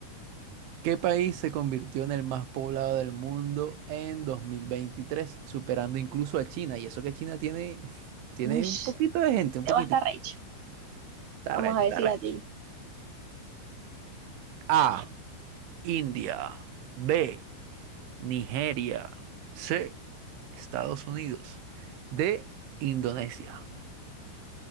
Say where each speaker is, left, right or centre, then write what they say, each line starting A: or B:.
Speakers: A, on the right; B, on the right.
A: ¿qué país se convirtió en el más poblado del mundo en 2023, superando incluso a China? Y eso que China tiene, <laughs> tiene
B: Ush,
A: un poquito de gente, un
B: te
A: poquitico.
B: va a estar recho.
A: Está
B: Vamos
A: recho,
B: a ver
A: está
B: si
A: recho.
B: la tiene.
A: A, India. B, Nigeria. C. Estados Unidos. D. Indonesia.